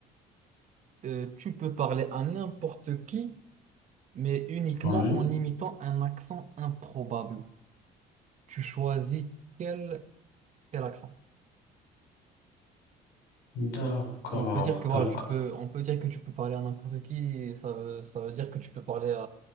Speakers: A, on the right; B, on the left.
A: Euh, tu peux parler à n'importe qui, mais uniquement
B: Ouais.
A: en imitant un accent improbable. Tu choisis quel, quel accent.
B: D'accord,
A: On peut dire que voilà,
B: d'accord.
A: tu peux, on peut dire que tu peux parler à n'importe qui. et Ça, veut- ça veut dire que tu peux parler à,